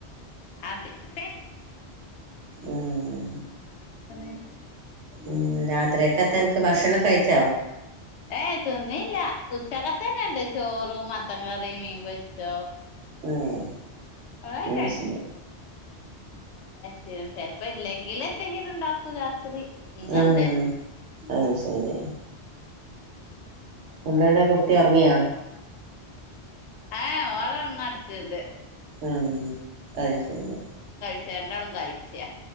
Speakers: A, on the left; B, on the right.
A: ആഹ് പിന്നെ
B: ആഹ്
A: <unintelligible>
B: ഉം രാത്രിയൊക്കെത്തനക്ക് ഭക്ഷണം കഴിച്ചോ
A: ഏഹ് തിന്നീല്ല ഉച്ചക്കത്തേന്ന് ഉണ്ട് ചോറും മത്തൻ കറിയും മീൻ പൊരിച്ചതും.
B: ഉം
A: <unintelligible>
B: അത് ശരി
A: ചെലപ്പം ഇല്ലെങ്കിലെ എന്തെങ്കിലും ഇണ്ടാ ക്കും രാത്രി ഇന്ന്ണ്ട്
B: ആഹ് അത് ശരി എന്താ <unintelligible> കുട്ടി ഉറങ്ങിയോ
A: ഏഹ് ഓനവിടെ ഉണർന്ന് കിടക്കുണ്ട്
B: ആഹ് അത് ശരി
A: <unintelligible> രണ്ടാളും കഴിച്ചയ